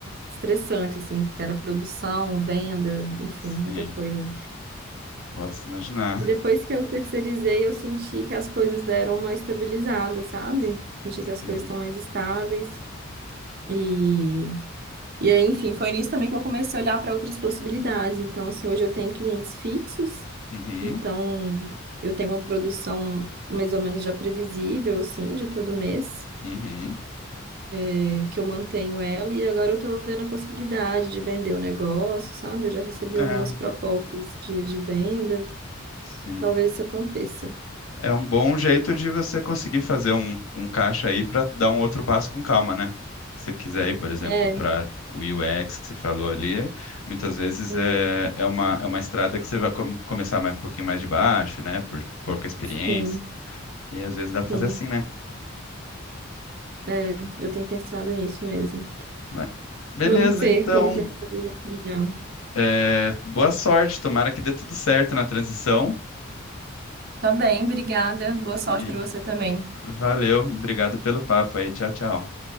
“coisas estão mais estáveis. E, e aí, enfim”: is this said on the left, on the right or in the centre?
Right